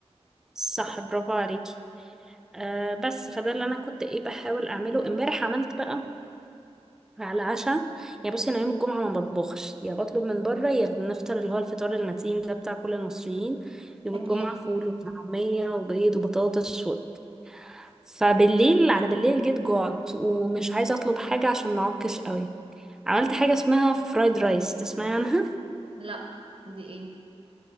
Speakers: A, in the centre; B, on the right.
A: صح برافو عليكي آه بس فده اللي انا كنت ايه بحاول اعمله امبارح عملت بقى على عشاء يعني بصي انا يوم الجمعه ما بطبخش يا بطلب من بره يا بنفطر اللي هو الفطار المتين ده بتاع كل المصريين يوم
B: اكيد
A: الجمعه فول وطعميه وبيض وبطاطس و... فبالليل على بالليل جيت جوعت ومش عايزه اطلب حاجه عشان ما اعكش قوي عملت حاجه اسمها فرايد رايس تسمعي عنها
B: لا دي ايه